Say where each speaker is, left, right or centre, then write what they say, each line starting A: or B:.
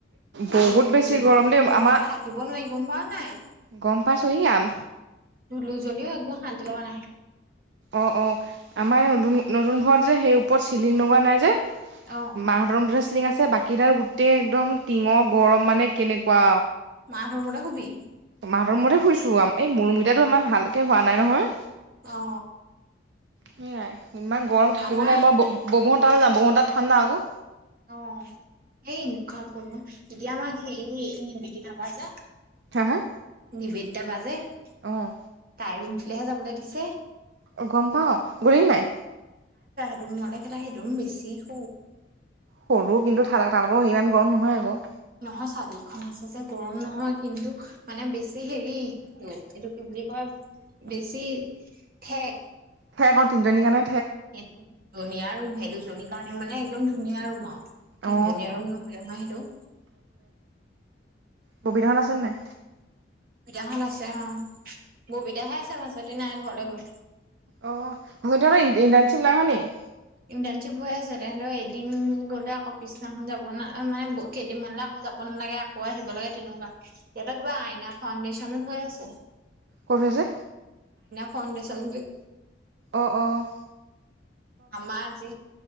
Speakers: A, on the right (about 70°); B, on the right (about 50°).
A: বহুত
B: ৰুম
A: বেছি গৰম দেই
B: ৰুমটোত
A: আমাৰ
B: থাকিব নোৱাৰি গম পাও নাই।
A: গম পাইছোঁ ই আম।
B: ধুলোঁ যদিও একদম শান্তি লগা নাই।
A: অ অ আমাৰ এই নতুন নতুন ঘৰত যে সেই ওপৰত চিলিং লগোৱা নাই যে।
B: অ
A: মা হতৰ ৰূমটোতহে। চিলিং আছে বাকীগিতাত গোটেই একদম টিঙৰ গৰম মানে কেনেকুৱা।
B: মাহঁতৰ ৰুমতে শুবি।
A: মা হতৰ ৰূমতে। শুইছোঁ এই মোৰ ৰূমগিতা ইমান ভালকে হোৱা নাই নহয়।
B: অ।
A: সেইয়াই ইমান গৰম থাকিব
B: আমাৰ
A: নোৱাৰি মই বৌ হতৰ যাম বৌ হতৰ তাত ঠাণ্ডা আক।
B: অ সেই এনেকুৱা গৰম তেতিয়া আমাৰ হেৰী নিকিতা বা যে।
A: হা হা
B: নিবেদিতা বা যে তাইৰ
A: অঁ
B: ৰুমটোলেহে যাবলৈ দিছে।
A: অ গম পাওঁ গলি নে নাই।
B: ত মলে কেইটা সেইটোম বেছি শ
A: সৰু কিন্তু <unintelligible> াল ইমান গৰম নহয় আকৌ
B: নহয় চালিখন আছে যে গৰম নহয় কিন্তু মানে বেছি বে হেৰি এইটো কি বুলি কয় বেছি ঠেক
A: সেইকৌ তিনিজনী কণে
B: সেইটো ধুনীয়া ৰুম সেই দুজনীৰ কাৰণে মানে একদম ধুনীয়া ৰুম আৰু। তিনিজনী
A: অ
B: আৰু নহয় নহয় সেইটো।
A: কবিহত আছে নাই।
B: দেহান আছে অ ববিতাহে আছে ভাজপাতি নাই ঘৰলে গৈল।
A: অ সিহত ইন্টাশ্বি নাই হৰা নেকি।
B: ইণ্টাশিপ হৈ আছে তেহঁতৰ এদিন গ'লে আকৌ পিছদিনাখন যাব ন মানে কেইদিনমানলেক। যাব নালাগে আকৌ আহিব লাগে তেনেকুৱা ইহঁতৰ কিবা আইনা ফাউণ্ডেশ্যন ধ হৈ আছে।
A: কত হৈছে।
B: ফাউণ্ডেশ্যন।
A: অ' অঁ।
B: আমাৰ আজি